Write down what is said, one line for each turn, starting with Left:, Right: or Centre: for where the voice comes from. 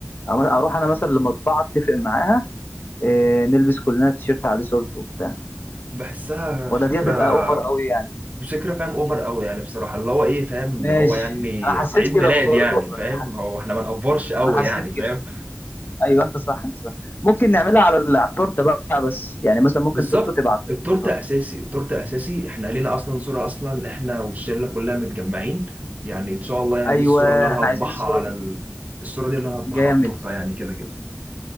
Left: أما- اروح انا مثلا لمطبعه اتفق معاها إيه نلبس كلنا تيشيرت عليه صورته وبتاع
Right: بحسها فكرة
Left: ولا دي هتبقى اوفر قوي يعني
Right: مش فكرة فاهم اوفر قوي يعني بصراحة اللي هو ايه فاهم
Left: ماشي
Right: ده هو يعني
Left: انا حسيت
Right: عيد ميلاد
Left: كده برضه
Right: يعني
Left: والله
Right: فاهم
Left: انا حسيت
Right: هو احنا ما نقفرش قوي
Left: انا حسيت
Right: يعني فاهم
Left: كده ايوه انت صح انت صح ممكن نعملها على ال- على التورته بقى بس يعني مثلا ممكن
Right: بالظبط
Left: صورته تبقى على
Right: التورتة
Left: التورته
Right: اساسي التورتة اساسي احنا لينا اصلا صورة اصلا احنا والشلة كلها متجمعين يعني ان شاء الله يعني
Left: ايوه
Right: دي الصورة اللي انا
Left: احنا
Right: هطبعها
Left: عايزين الصوره
Right: على
Left: دي
Right: ال... الصورة دي اللي انا هطبعها
Left: جامد
Right: على التورتة يعني كده كده